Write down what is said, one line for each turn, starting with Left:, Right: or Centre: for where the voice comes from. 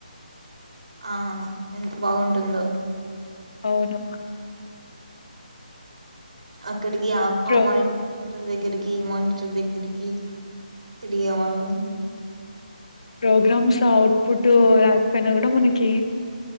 Right: ఆ ఎంత బాగుంటుందో
Left: అవును
Right: అ క్కడికి ఆప్
Left: ప్రో
Right: ఆ మని దగ్గరికి మానిటర్ దగ్గరికి తిరిగే వాళ్ళం
Left: ప్రోగ్రామ్స్ అఔట్పుట్ రాకపోయినా కూడా మనకి